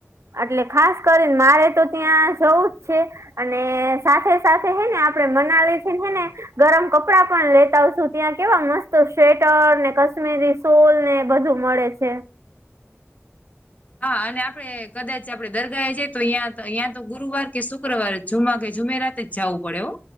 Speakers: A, on the right (about 70°); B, on the left (about 30°).
A: એટલે ખાસ કરીને મારેતો ત્યાં જવું જ છે. અને સાથે સાથે હેને આપડે મનાલીથી હેને. ગરમ કપડા પણ લેતા આવશું ત્યાં કેવા મસ્ત સ્વેટરને કશ્મીરી સોલને બધું મળે છે.
B: હા અને આપળે કદાચ આપળે દરગાઅએ જઈએ તો ત્યાં તો ત્યાં તો ગુરુવાર કે શુક્રવાર જુમા કે જુમેરાત જ જવું પડે હો